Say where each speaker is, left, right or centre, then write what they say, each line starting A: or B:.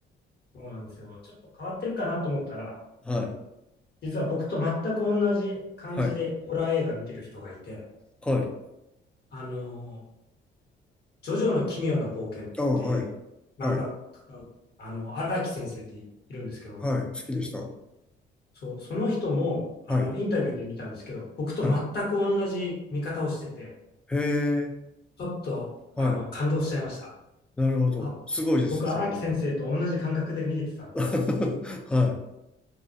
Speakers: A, on the left; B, in the centre.
A: そうなんですよ。ちょっと変わってるかなと思ったら、
B: はい。
A: 実は僕と全く同じ感じでホラー映画見てる人がいて、
B: はい。はい。
A: あの、ジョジョの奇妙な冒険っていう漫画家、
B: ああ、はい。はい。
A: あの、荒木先生っているんですけど、
B: はい。好きでした。
A: そう、その人も、
B: はい。
A: あの、インタビューで見たんですけど、僕と全く同じ見方をしてて、
B: はい。へえ。
A: ちょっと、
B: はい。
A: あの、感動しちゃいました。
B: なるほど。
A: あ、
B: すごいですね、
A: 僕、荒木先生と同じ感覚で見れてたんだと思って。
B: それは。<laughs> は